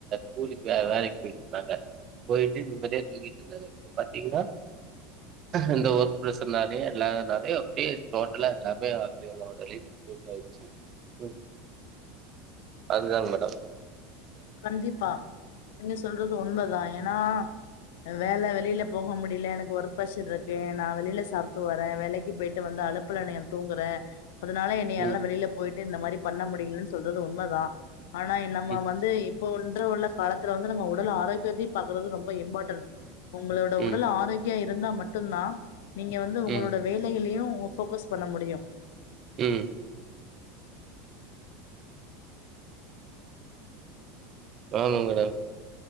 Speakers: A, on the right; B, on the left.
A: கூலிக்கு வே வேலைக் போயிட்டு இருந்தாங்க போயிட்டு நிம்மதியா தூங்கிட்டு இருந்தாங்க இப்ப பாத்தீங்னா இந்த ஒர்க் ப்ரஷர்னாலே இல்லாதனாலே அப்டியே டோட்டலா எல்லாமே அவிங்களோட லீவ் இதாயிருச்சு ம் அதுதாங்க மேடம்
B: கண்டிப்பா நீங்க சொல்றது உண்மதா ஏனா வேல வெளில போக முடில எனக் ஒர்க் ப்ரஷர்ருக்கு நா வெளில சாப்ட்டு வரே வேலைக்கு போயிட்டு வந்து அழுப்புல என்னைய தூங்குறே அதனால என்னையால
A: ம்
B: வெளில போயிட்டு இந்த மாரி பண்ண முடியலன் சொல்றது உண்மதா ஆனா என்ன நம்ம
A: ம்
B: வந்து இப்போ ஒன்று உள்ள காலத்துல வந்து நம்ப உடல் ஆரோக்கியத்தையு பாக்குறது ரொம்ப இம்பார்டன்ட் உங்களோட
A: ம்
B: உடல் ஆரோக்கியா இருந்தா மட்டுந்தா நீங்க வந்து உங்களோட
A: ம்
B: வேலையிலையு போக்கஸ் பண்ண முடியு
A: ம் ஆமா மேடம்